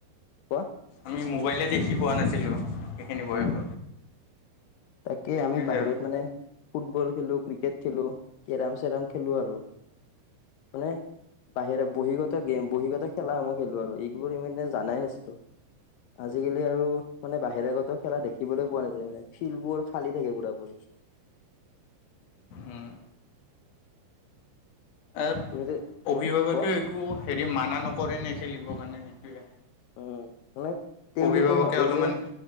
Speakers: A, on the left; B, on the left.
A: কোৱা
B: আমি মোবাইলে দেখি পোৱা নাছিলোঁ, সেইখিনি বয়সত।
A: উম তাকে
B: সেইটোৱে
A: আমি বাহিৰত
B: আৰু
A: মানে ফুটবল খেলোঁ, ক্ৰিকেট খেলোঁ, কেৰম কেৰম খেলোঁ আৰু, মানে বাহিৰে বহ্নিগত গেম, বহ্নিগত খেলাসমূহ খেলো আৰু এইবোৰ মানে জানাই নাছিলো, আজিকালি আৰু মানে বাহিৰাগত খেলা দেখিবলৈ পোৱা নাযায় মানে। শিলবোৰ খালী থাকে পুৰা পুৰি
B: উম, এ
A: তুমিতো
B: অভিভাৱকে
A: উম কোৱা
B: একো হেৰি মানা নকৰে নে খেলিবৰ কাৰণে সেইটোৱে
A: উম মানে তেওঁলোকও
B: অভিভাৱকে
A: ভাবে
B: অলপমান
A: যে